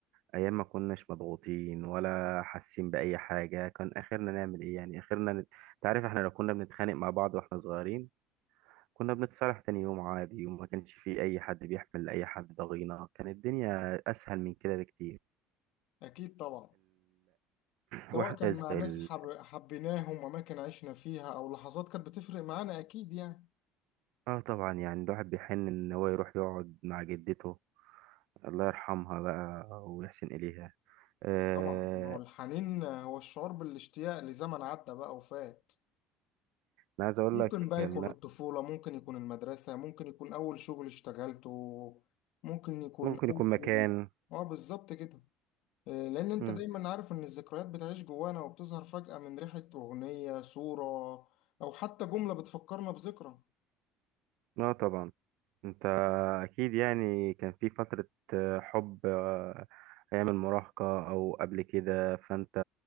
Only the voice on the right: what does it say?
ايام ما كناش مضغوطين ولا حاسين باي حاجه كان اخرنا نعمل ايه يعني اخرنا نت... تعرف احنا لو كنا بنتخانق مع بعض واحنا صغيرين كنا بنتصالح تاني يوم عادي وما كانش في اي حد بيحمل اي حد ضغينه كانت الدنيا اسهل من كده بكتير
واحد
از
ال...
اه طبعا يعني الواحد بيحن ان هو يروح يقعد مع جدته الله يرحمها بقى ويحسن اليها آه...
انا عايز اقول
لك
إن
ممكن
يكون مكان
مم.
اه طبعا انت اكيد يعني كان في فترة آه، حب آه، ايام المراهقة او قبل كده فانت